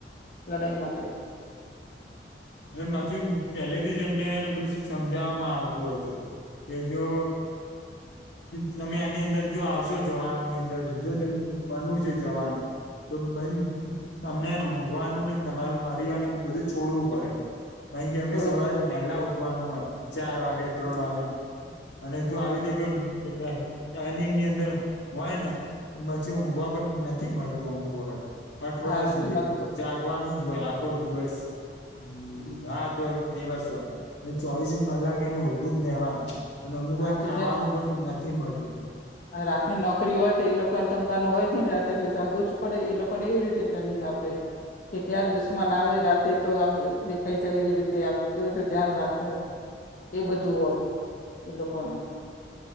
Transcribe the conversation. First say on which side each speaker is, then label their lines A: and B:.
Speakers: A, on the left; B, on the left.
A: લડાઈ માટે
B: અને પાછું પહેલેથી જ એમનેને બધું સમજવામાં આવતું હોય છે. કે જો તમે આની અંદર જો આવશો જવાન ની અંદર જો ત બનવું છે જવાન તો બન ફરી તમને ઊઘવાનું નને તમારે પરિવાર ને બધું છોડવું પડે અહી કે અમને
A: છોડવું
B: સવારે
A: પડે
B: વહેલા ઉઠવાનું હોય ચાર વાગે ત્રણ
A: હમ
B: વાગે અને
A: હા
B: જો આવી તો કોઈ ટ્રે-ટ્રેનિંગ અંદર હોય ને તો પછી ઊંઘવા પણ નથી મળતું અમુક વખત. અઠવાડિયા
A: હા નથી
B: સુધી
A: મળતું
B: જાગવાનું
A: હમ
B: જ હોય આખો દિવસ હમ્મ
A: હમ
B: રાત હોઈ કે દિવસ હોય ચોવીસ કલાક એને ઉભું જ નેવાનું અને અમુક
A: હા
B: વાર
A: તો
B: ખાવાનું પણ નથી મળતું.
A: હા રાતની નોકરી હોય તો એ લોકોને તો ઊઘવાનું હોય જ નહી રાત્ર એટલે જાગવું પડે એ લોકોને એવી રીતે ટ્રેનિંગ આપે. કે ક્યારે દુશ્મન આવે રાતે તો આમ દેખાય જાય એવી રીતે આ કેવી રીતે ધ્યાન રાખવું. એ બધું હોય એ લોકોનું.